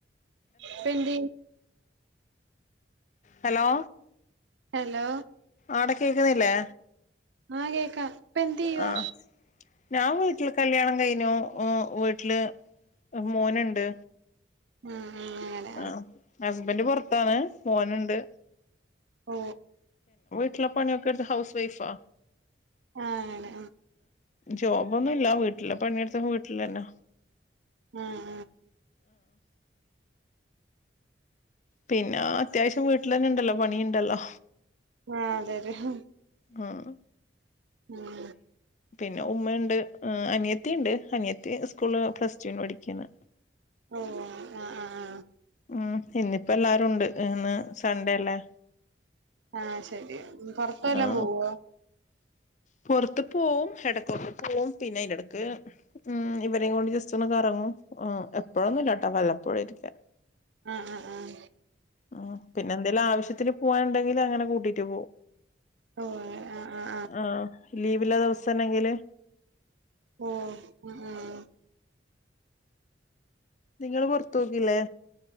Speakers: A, on the right; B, on the left.
A: ഇപ്പെന്തെയ്യ്
B: ഹലോ
A: ഹലോ
B: ആടെ കേക്ക്‌ന്നില്ലേ
A: ആ കേക്കാം ഇപ്പ എന്തെയ്യുവാ
B: ആഹ് ഞാൻ വീട്ടില് കല്യാണം കഴി നോ ഓ വീട്ടില് മോനുണ്ട്
A: ഉം ഉം അങ്ങനെ
B: ആഹ് അ ഹസ്ബന്റ് പൊറത്താണ് മോന് ഇണ്ട്
A: ഓ
B: ട്ടിലെ പണിയൊക്കെ എടുത്ത് ഹൗസ് വൈഫാ
A: ആണ്
B: ജോബൊന്നും ഇല്ല വീട്ടില് പണിയെടുത്ത് വീട്ടില് തന്നെ
A: ഉം
B: പിന്നാ അത്യാവശ്യം വീട്ടിലെന്നെ ഇണ്ടല്ലോ പണിയിണ്ടല്ലോ
A: ആഹ് അതെതെ ഹ്
B: ആഹ്
A: ഉം
B: ന്നെ ഉമ്മ ഇണ്ട് അനിയത്തി ഇണ്ട് അനിയത്തി സ്കൂളില് പ്ലസ്ടൂന് പഠിക്കുന്നു
A: ഓഹ് ആ ആ
B: ഉം ഇന്നിപ്പ എല്ലാരും ഉണ്ട് ഇന്ന് സൺഡേ അല്ലേ
A: ആഹ് ശരി പൊറത്ത്
B: ആഹ്
A: വല്ലോം പോവോ
B: പുറത്ത് പോവും എടകൊക്കെ പോവും പിന്നെ അയിന്റെ എടക്ക്‌ ഉം ഇവരേം കൊണ്ട് ജസ്റ്റ് ഒന്ന് കറങ്ങും എഹ് എപ്പോഴൊന്നും ഇല്ലാട്ടോ വല്ലപ്പോഴും ഒക്കെ
A: ആഹ് ആഹ് ആഹ്
B: ആഹ് പിന്നെ എന്തേലും ആവശ്യത്തി ത്തിന് പോകാന്ണ്ടെങ്കിൽ അങ്ങനെ കൂട്ടീറ്റ് പോകും
A: ഓഹ് അങ്ങനെ ആഹ് ആഹ്
B: ആഹ് ലീവില്ല ദിവസ ആണെങ്കില്
A: ഓഹ് ഉം ഉം
B: നിങ്ങള് പൊറത്ത് പോക്കില്ലേ